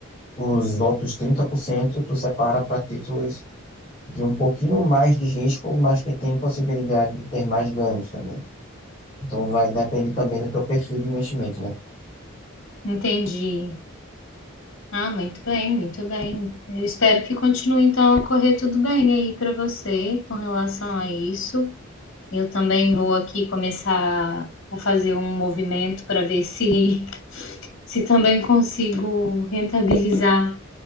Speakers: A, on the left; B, on the left.
A: os outros 30% tu separa para títulos de um pouquinho mais de risco, mas que tem possibilidade de ter mais ganhos também. Então vai depender também do teu perfil de investimento, né?
B: entendi. Ah, muito bem, muito bem. Eu espero que continue então a correr tudo bem aí para você com relação a isso. Eu também vou aqui começar a fazer um movimento para ver se <laughs> se também consigo rentabilizar